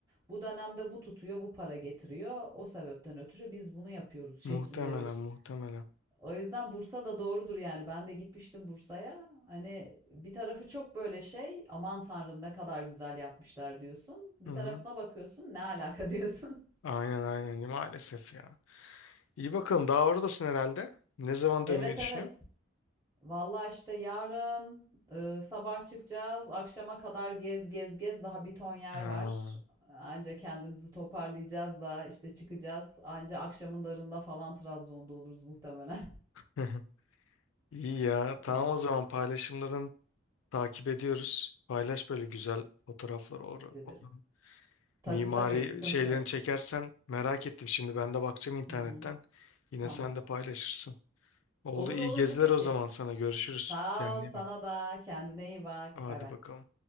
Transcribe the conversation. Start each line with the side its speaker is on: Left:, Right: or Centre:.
Right: bu dönemde bu tutuyor, bu para getiriyor. O sebepten ötürü biz bunu yapıyoruz şeklinde
Left: muhtemelen
Right: bir
Left: muhtemelen.
Right: O yüzden Bursa da doğrudur yani. Ben de gitmiştim Bursa'ya. Hani bir tarafı çok böyle şey, aman tanrım ne kadar güzel yapmışlar diyorsun. Bir
Left: Hı hı.
Right: tarafına bakıyorsun, ne alaka diyorsun. <laughs>
Left: Aynen aynen maalesef ya. İyi bakalım daha oradasın herhalde. Ne zaman
Right: Evet
Left: dönmeyi düşünüyorsun?
Right: evet. Vallahi işte yarın e, sabah çıkacağız. Akşama kadar gez gez gez. Daha bir ton yer
Left: Ha.
Right: var. Anca kendimizi toparlayacağız da işte çıkacağız. Anca akşamın darında falan Trabzon'da oluruz muhtemelen.
Left: <laughs> İyi ya tamam
Right: <laughs> Öyle işte.
Left: o zaman paylaşımların Takip ediyoruz. Paylaş böyle güzel fotoğrafları. Or
Right: Teşekkür ederim.
Left: oranın
Right: Tabii
Left: mimari
Right: tabii sıkıntı
Left: şeylerini
Right: yok.
Left: çekersen merak ettim. Şimdi ben de bakacağım internetten.
Right: Hı hı.
Left: Yine
Right: Tamam.
Left: sen de paylaşırsın. Oldu
Right: Olur
Left: iyi
Right: olur
Left: geziler
Right: tabii
Left: o
Right: ki.
Left: zaman sana. Görüşürüz.
Right: Sağ
Left: Kendine
Right: ol sana
Left: iyi bak.
Right: da. Kendine iyi bak.
Left: Hadi
Right: Bay bay.
Left: bakalım.